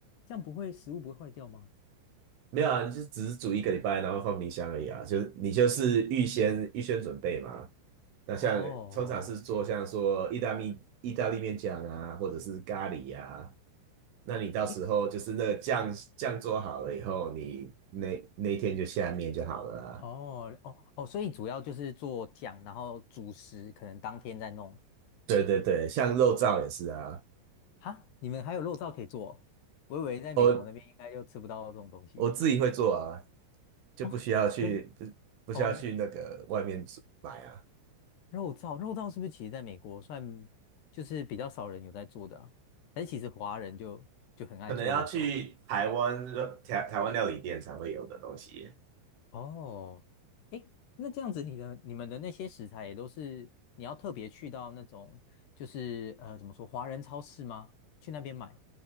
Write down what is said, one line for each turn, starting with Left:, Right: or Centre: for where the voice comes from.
Left: 这样不会食物不会坏掉吗？
Right: 没有啊，你就只是煮一个礼拜，然后放冰箱而已啊，就是你就是预先预先准备嘛。那像通常是做像说意大利意大利面酱啊，
Left: 哦，
Right: 或者是咖喱呀、啊，那你到时候就是那个酱酱做好了以后，
Left: 哎，可
Right: 你那那一天就下面就好了啊。
Left: 哦哦哦，所以主要就是做酱，然后主食可能当天再弄。
Right: 对对对，像肉燥也是啊，
Left: 哈，你们还有肉燥可以做哦我以为在美国那边应该就吃不到这种东西
Right: 我我自己会做啊，就不需要去不不需要去那个外面煮买啊。
Left: 哦。可是哦，肉燥肉燥是不是其实在美国算就是比较少人有在做的啊？还是其实华人就就很爱做肉燥？
Right: 可能要去台湾台台湾料理店才会有的东西。
Left: 哦，诶，那这样子，你的你们的那些食材也都是你要特别去到那种，就是呃，怎么说，华人超市吗？去那边买？